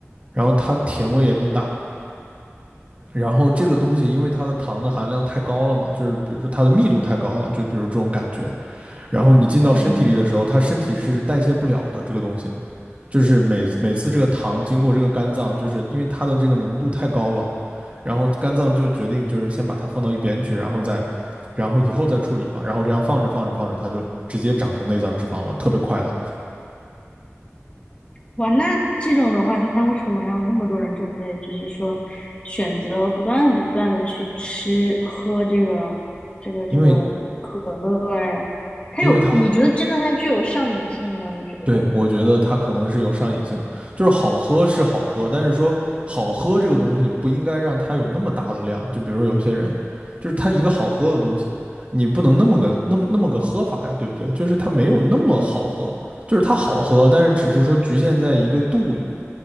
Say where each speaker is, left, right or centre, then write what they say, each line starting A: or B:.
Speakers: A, on the right; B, on the left.
A: 然后它甜味也更大。然后这个东西因为它的糖的含量太高了嘛，就是比如说它的密度太高了，就比如这种感觉。然后你进到身体里的时候，
B: 嗯。
A: 它身体是代谢不了的这个东西，就是每每次这个糖经过这个肝脏，就是因为它的这个浓度太高了。然后肝脏就决定就是先把它放到一边去，然后再，然后以后再处理嘛，然后这样放着放着放着，它就直接长成内脏脂肪了，特别快的，
B: 哇，那这种的话，那为什么还有那么多人就会就是说选择不断不断的去吃喝这个这个这个可乐呀？
A: 因为
B: 它有，
A: 因为它
B: 你觉得真的它具有上瘾性吗？你觉得？
A: 对，我觉得它可能是有上瘾性的，就是好喝是好喝，但是说好喝这个东西不应该让它有那么大的量。就比如说有些人，就是他一个好喝的东西，你不能那么个那么那么个喝法呀，对不对？就是它没有那么好喝，就是它好喝，但是只是说局限在一个度里面。